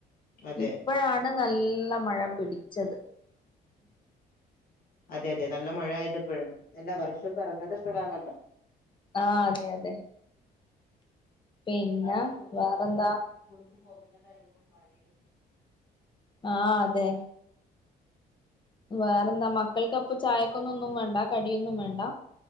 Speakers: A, on the left; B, on the left.
A: അതെ
B: ഇപ്പോഴാണ് നല്ല മഴ പിടിക്കും ച്ചത്
A: അതെ അതെ നല്ല മഴ ആയത് ഇപ്പഴാ അല്ല വർഷം പിറന്നത് ഇപ്പഴാണല്ലോ
B: ആഹ് അതെ അതെ പിന്നെ
A: ആ സ്കൂൾ തുറക്കലും
B: വേറെന്താ
A: സ്കൂൾക്ക് പോകുന്ന ടൈമും മഴയും
B: ആഹ് അതെ വേറെന്താ മക്കൾക്ക് ചായക്കൊന്നും വേണ്ട കടിയൊന്നും വേണ്ട